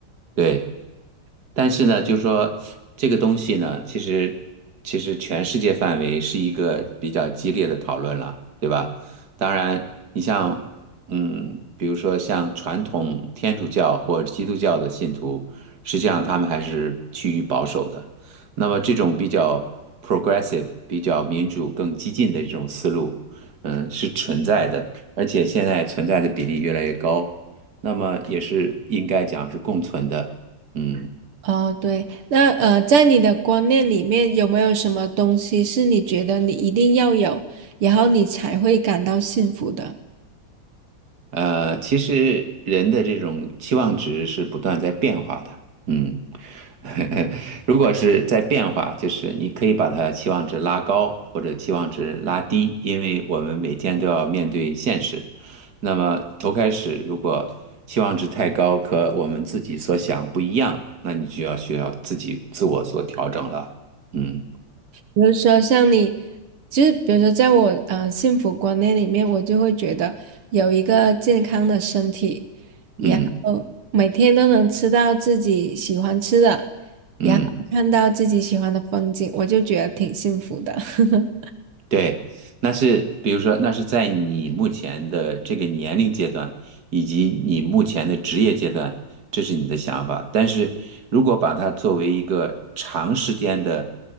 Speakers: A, on the right; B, on the right.
A: 对。但是呢，就说这个东西呢，其实其实全世界范围是一个比较激烈的讨论了，对吧？当然，你像嗯，比如说像传统天主教或者基督教的信徒，实际上他们还是趋于保守的。那么这种比较 progressive、比较民主、更激进的这种思路，嗯，是存在的，而且现在存在的比例越来越高，那么也是应该讲是共存的，嗯。
B: 哦，对，那呃，在你的观念里面，有没有什么东西是你觉得你一定要有，然后你才会感到幸福的？
A: 呃，其实人的这种期望值是不断在变化的，嗯，<laughs> 如果是在变化，就是你可以把它期望值拉高或者期望值拉低，因为我们每天都要面对现实。那么头开始，如果期望值太高，和我们自己所想不一样，那你就要需要自己自我做调整了。嗯
B: 比如说像你，就是比如说在我呃幸福观念里面，我就会觉得有一个健康的身体，然后每天都能吃到自己喜欢吃的，
A: 嗯
B: 然后看到自己喜欢的风景，
A: 嗯。
B: 我就觉得挺幸福的。<laughs>
A: 对，那是比如说，那是在你目前的这个年龄阶段，以及你目前的职业阶段，这是你的想法。但是如果把它作为一个长时间的